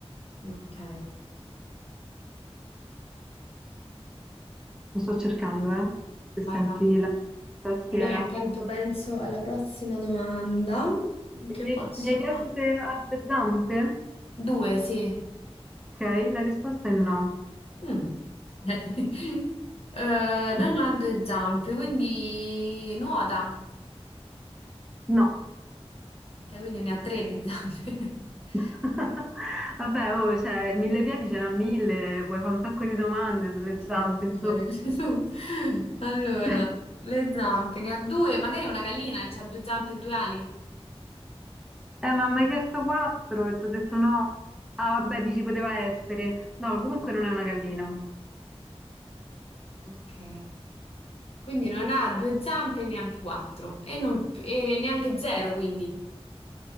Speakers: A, on the left; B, in the centre.
A: Ok,
B: Lo sto cercando, eh, se
A: vai,
B: senti
A: vai.
B: la tastiera.
A: Allora intanto penso alla prossima domanda. Che
B: Mi,
A: posso
B: mi hai chiesto
A: fare?
B: se ha due zampe?
A: Due, sì.
B: Ok, la risposta è no.
A: Mm. <laughs> Eh,
B: <laughs>
A: non ha due zampe, quindi nuota.
B: No.
A: Ok, quindi ne ha tre di zampe. <laughs>
B: <laughs> Vabbè, oh, cioè, il mille piedi ce n'ha mille, puoi fare un sacco di domande sulle zampe,
A: Eh, <laughs>
B: insomma.
A: tu. Allora,
B: <laughs>
A: le zampe ne ha due, magari una gallina ha due zampe e due ali.
B: Eh, ma mi hai chiesto quattro e ti ho detto no. Ah, vabbè, dici poteva essere. No, comunque non è una gallina.
A: Ok. Quindi non ha due zampe e neanche quattro e, non- e neanche zero, quindi.